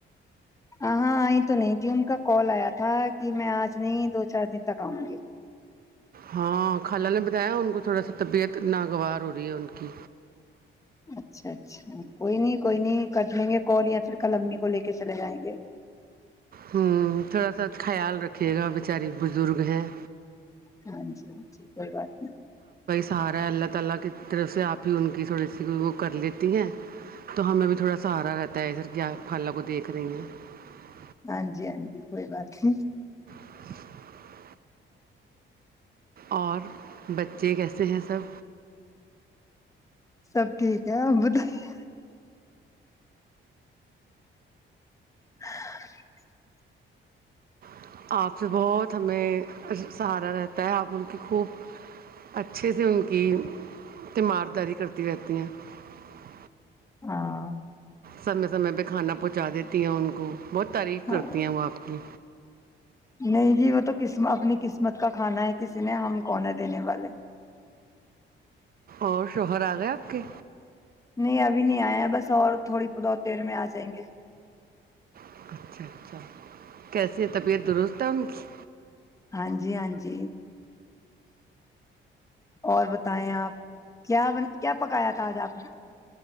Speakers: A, on the left; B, on the right.
A: ہاں آئی تو نہیں تھی ان کا کال آیا تھا کہ میں آج نہیں دو چار دن تک آؤں گی
B: ہاں خالہ نے بتایا ان کو تھوڑا سا طبیعت ناگوار ہو رہی ہے ان کی
A: اچھا اچھا کوئی نہیں کوئی نہیں کر لیں گے کال یا پھر کلمی کو لے کے چلے جائیں گے
B: ہوں تھوڑا سا خیال رکھیے گا بیچاری بزرگ ہیں
A: ہاں جی ہاں جی کوئی بات
B: <inaudible>
A: ہاں جی ہاں جی کوئی بات نہیں
B: <inaudible> اور بچے کیسے ہیں سب
A: سب ٹھیک ہے آپ بتائیے <inaudible>
B: <inaudible>
A: ہاں
B: سمے سمے پہ کانا پہنچا دیتے ان کو بہت تعریف
A: ہاں
B: کرتی ہیں وہ آپ کی
A: نہیں جی وہ تو قسم اپنی قسمت کا کھانا ہے کسی نے ہم کون دینے والے
B: اور شوہر آ گئے آپ کے
A: نہیں ابھی نہیں آیا بس اور تھوڑی بہت دیر میں آ جائیں گے
B: اچھا اچھا <inaudible> کیسی ہے طبیعت درست ہے ان کی
A: ہاں جی ہاں جی اور بتائیں آپ کیا کیا پکایا تھا آج آپ نے